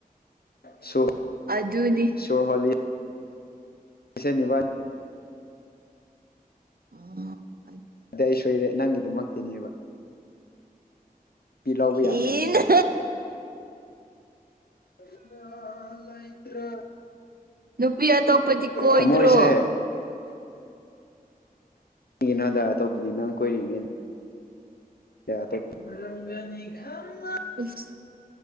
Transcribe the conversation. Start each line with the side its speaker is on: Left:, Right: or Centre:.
Left: ꯁꯨ
Right: ꯑꯗꯨꯅꯤ
Left: ꯁꯣꯔ ꯍꯣꯜꯂꯤ <unintelligible>
Right: <unintelligible>
Left: ꯑꯩ ꯁꯣꯏꯔꯦ ꯅꯪꯒꯤꯗꯃꯛꯇꯅꯦꯕ ꯄꯤ ꯂꯥꯎꯕ
Right: ꯍꯦꯟꯅ
Left: ꯌꯥꯗꯕꯅꯤꯅꯦꯀꯣ <unintelligible>
Right: ꯅꯨꯄꯤ ꯑꯇꯣꯞꯄꯗꯤ ꯀꯣꯏꯗ꯭ꯔꯣ?
Left: ꯊꯃꯣꯏꯁꯦ ꯅꯣꯗꯥ ꯑꯇꯣꯞꯄꯗꯤ ꯅꯪ ꯀꯣꯏꯔꯤꯉꯩ <unintelligible>
Right: ꯏꯁ